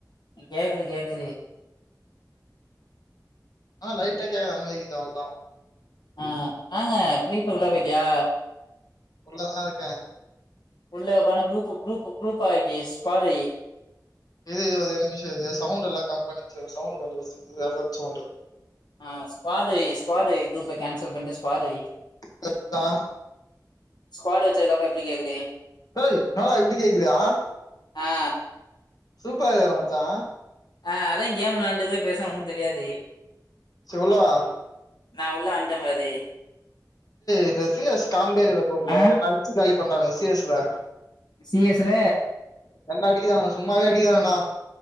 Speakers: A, on the left; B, on the left.
A: கேக்குது கேக்குது
B: ஆ லைட் ஆ கேகுத மாதி இக்கிது அவ்ள் தா
A: ஆ வாங்க ஃப்ரிபேர் உள்ள போய்டியா
B: உள்ளதா இருக்கே
A: உள்ளே உக்கானு குரூப்பு குரூப்பு குரூப் ஆகிஸ் பாரே
B: இது இது வந்து என்ன செய்து சவுண்ட் எல்லா கம்பன்னிச்சு சவுண்ட் கொஞ்சோ சவுண்ட் எபெக்ட் சவுண்டு
A: ஆ ஸ்குவாடு ஸ்குவாடு குரூப்ப கேன்சல் பண்ணிட்டு ஸ்குவாடு வெய்
B: க்ரெக்தா
A: ஸ்க்வாட் வெச்சதுக்கு அப்றோ எப்டி கேக்குது
B: ஏய் நாட இப்டி கேக்குதுஅ
A: ஆ
B: சூப்பரா இருக்குற மச்சா
A: ஆ அதா கேம் விளையாண்டுக்னே பேசுனா ஒனு தெரியாது
B: சொ உல்லவா
A: நா உள்ள வன்ட்ட பாதி
B: இந்த சிஎஸ் காம்டேரியால போகூடாது
A: ஆ
B: நம்ள அட்ச்சு காலி பண்டாங்க சிஎஸ்ல
A: சி எஸ் ல
B: என்ன அடிக்குதான சும்மாவே அடிக்கு தான்டா